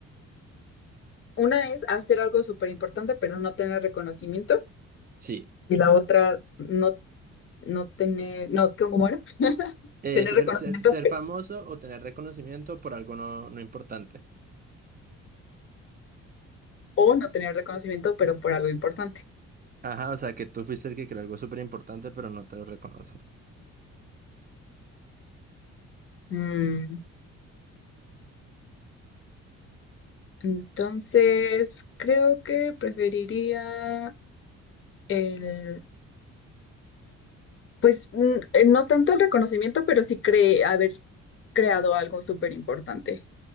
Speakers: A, on the left; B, on the right.
A: Una es hacer algo súper importante, pero no tener reconocimiento.
B: Sí.
A: y la otra no, no tener, no, ¿qué- ¿cómo era? <laughs>
B: Eh,
A: Tener
B: ser,
A: reconocimiento
B: ser, ser
A: pe-
B: famoso o tener reconocimiento por algo no, no importante.
A: o no tener reconocimiento, pero por algo importante.
B: Ajá, o sea, que tú fuiste el que creó algo súper importante, pero no te lo reconocen.
A: Mm, entonces, creo que preferiría el, pues mm, eh, no tanto el reconocimiento, pero sí cre haber creado algo súper importante.